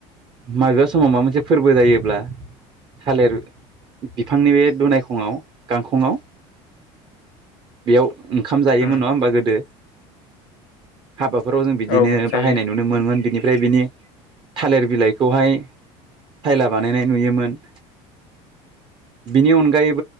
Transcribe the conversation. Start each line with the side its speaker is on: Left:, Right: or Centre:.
Right: माबेबा समाव माबा मोनसे फोरबो जायोब्ला थालिर बिफांनि बे दुनायखङआव गांखंआव बेयाव ओंखाम जायोमोन
Left: उम
Right: नङा होमबा गोदो? हाबाफोराव जों बिदिनो
Left: औ जायो
Right: बाहायनाय नुनो मोनो। बिनिफ्राय बिनि थालिर बिलाइखौहाय सायला बानायनाय नुयोमोन। बिनि अनगायैबो।